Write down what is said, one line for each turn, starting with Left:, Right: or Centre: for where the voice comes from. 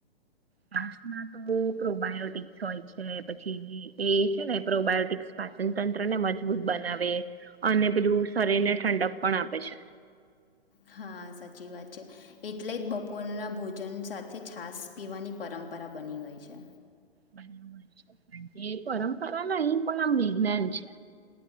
Right: છાસ માં તો પ્રોબાયોટિક્સ હોય છે, પછી એ છે ને, પ્રોબાયોટિક્સ પાચન તંત્રને મજબૂત બનાવે, અને પેલું શરીર ને ઠંડ પણ આપે છે.
Left: હા, સાચી વાત છે. એટલે જ બપોરના ભોજન સાથે છાસ પીવાની પરંપરા બની ગઈ છે.
Right: બરાબર છે, એ પરંપરા ના એ પણ આમ વિજ્ઞાન છે.